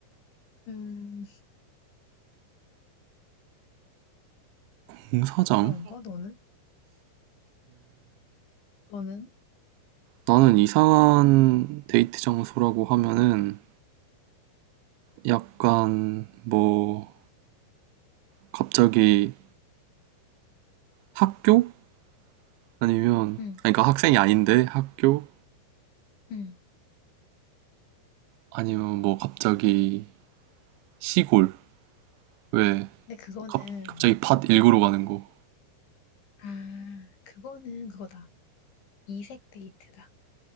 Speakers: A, on the left; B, on the right.
A: 음,
B: 공사장?
A: 그런 거 너는? 너는?
B: 나는 이상한 데이트 장소라고 하면은 약간 뭐 갑자기 학교? 아니면
A: 응,
B: 아니 그러니까 학생이 아닌데 학교?
A: 응.
B: 아니면 뭐 갑자기 시골? 왜
A: 근데 그거는
B: 갑, 갑자기 밭 일구러 가는 거?
A: 아, 그거는 그거다. 이색 데이트다.